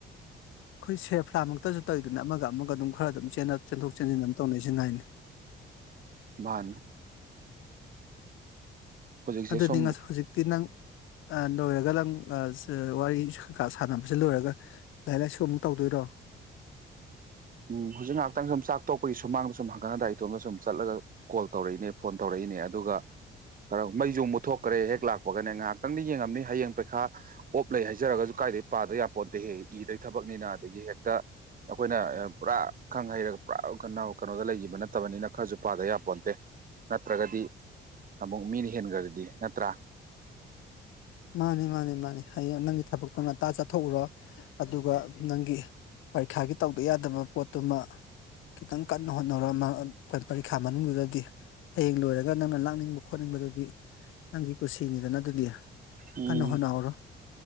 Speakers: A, on the left; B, on the right.
A: ꯈꯣꯏ ꯁꯦꯔ ꯐꯂꯥ ꯃꯨꯛꯇꯁꯨ ꯇꯧ_ ꯗꯨꯅꯤ ꯑꯃꯒ ꯑꯃꯒ ꯑꯗꯨꯝ ꯈꯔ ꯑꯗꯨꯝ ꯆꯦꯟꯅ ꯆꯦꯟꯊꯣꯛ ꯆꯦꯟꯁꯤꯟ ꯗꯨꯝ ꯇꯧꯅꯩꯁꯦ ꯉꯥꯏꯅꯦ
B: ꯃꯥꯅꯤ ꯍꯧꯖꯤꯛꯁꯦ
A: ꯑꯗꯨꯅꯤ
B: ꯁꯨꯝ
A: ꯉ_ ꯍꯧꯖꯤꯛꯇꯤ ꯅꯪ ꯑꯥ ꯅꯣꯏꯔꯒ ꯂꯪ ꯑꯥ ꯁꯦ ꯋꯥꯔꯤ ꯀꯩꯀꯥ ꯁꯥꯟꯅꯕꯁꯦ ꯂꯣꯏꯔꯒ ꯂꯥꯏꯔꯤꯛ ꯂꯥꯏꯁꯨ ꯑꯃꯨꯛ ꯇꯧꯗꯨꯏꯔꯣ
B: ꯎꯝ ꯍꯧꯖꯤꯛ ꯉꯥꯛꯍꯇꯪ ꯁꯨꯝ ꯆꯥꯛ ꯇꯣꯛꯄꯒꯤ ꯁꯨꯃꯥꯡꯗ ꯁꯨꯝ ꯍꯪꯀꯠ ꯍꯟꯗꯥ ꯏꯇꯣꯝꯇ ꯁꯨꯝ ꯆꯠꯂꯒ ꯀꯣꯜ ꯇꯧꯔꯛꯏꯅꯦ ꯐꯣꯟ ꯇꯧꯔꯛꯏꯅꯦ ꯑꯗꯨꯒ ꯈꯔ ꯃꯩꯁꯨ ꯃꯨꯠꯊꯣꯛꯈ꯭ꯔꯦ ꯍꯦꯛ ꯂꯥꯛꯄꯒꯅꯦ ꯉꯥꯍꯥꯛꯇꯪꯗꯤ ꯌꯦꯡꯉꯝꯃꯤ ꯍꯌꯦꯡ ꯄꯩꯈꯥ ꯑꯣꯞ ꯂꯩ ꯍꯥꯏꯖꯔꯒꯁꯨ ꯀꯥꯏꯗꯩꯒꯤ ꯄꯥꯗ ꯌꯥꯄꯣꯟꯇꯦꯍꯦ ꯏꯗ ꯊꯕꯛꯅꯤꯅ ꯑꯗꯒꯤ ꯍꯦꯛꯇ ꯑꯩꯈꯣꯏꯅ ꯄꯨꯔꯥ ꯈꯪ ꯍꯩꯔꯒ ꯄꯨꯔꯥ ꯀ ꯀꯩꯅꯣꯗ ꯂꯩꯈꯤꯕ ꯅꯠꯇꯕꯅꯤꯅ ꯈꯔꯁꯨ ꯄꯥꯗ ꯌꯥꯄꯣꯟꯇꯦ ꯅꯠꯇ꯭ꯔꯒꯗꯤ ꯑꯃꯨꯛ ꯃꯤꯅ ꯍꯦꯟꯈ꯭ꯔꯗꯤ ꯅꯠꯇ꯭ꯔꯥ
A: ꯃꯥꯅꯦ ꯃꯥꯅꯦ ꯃꯥꯅꯦ ꯍꯌꯦꯡ ꯅꯪꯒꯤ ꯊꯕꯛꯇꯣ ꯉꯥꯛꯇꯥ ꯆꯠꯊꯣꯛꯎꯔꯣ ꯑꯗꯨꯒ ꯅꯪꯒꯤ ꯄꯔꯤꯈꯥꯒꯤ ꯇꯧꯗ ꯌꯥꯗꯕ ꯄꯣꯠꯇꯨꯃ ꯈꯤꯇꯪ ꯀꯟꯅ ꯍꯣꯠꯅꯔꯣ ꯄꯔꯤꯈꯥ ꯃꯅꯨꯡꯗꯨꯗꯗꯤ ꯍꯌꯦꯡ ꯂꯣꯏꯔꯒ ꯅꯪꯅ ꯂꯥꯛꯅꯤꯡꯕ ꯈꯣꯠꯅꯤꯡꯕꯗꯨꯗꯤ ꯅꯪꯒꯤ ꯀꯨꯁꯤꯅꯤꯗꯅ ꯑꯗꯨꯗꯤ
B: ꯎꯝ
A: ꯀꯟꯅ ꯍꯣꯠꯅꯍꯧꯔꯣ